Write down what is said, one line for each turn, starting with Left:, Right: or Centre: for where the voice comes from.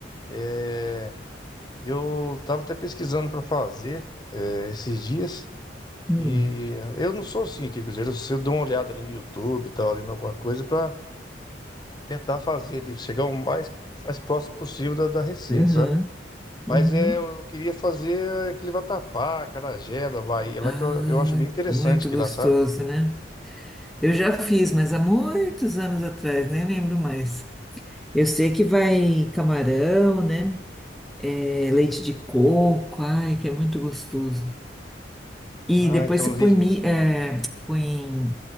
Left: é, eu tava até pesquisando pra fazer é, esses dias.
Centre: É.
Left: E
Centre: Hum.
Left: eu não sou assim, quer dizer, eu eu dou uma olhada ali no YouTube, e tal, ali em alguma coisa para tentar fazer, de chegar o mais, mais próximo possível da, da receita,
Centre: Aham,
Left: sabe?
Centre: uhum.
Left: Mas é, eu queria fazer aquele vatapá, acarajé da Bahia,
Centre: Ai,
Left: lá que eu, eu acho bem interessante
Centre: muito
Left: que
Centre: gostoso,
Left: lá, sabe?
Centre: né? Eu já fiz, mas há muitos anos atrás, nem lembro mais. Eu sei que vai camarão, né? É, leite de coco, ai, que é muito gostoso. E
Left: Ah,
Centre: depois
Left: então,
Centre: você
Left: Lígia.
Centre: põe, mi- é, põe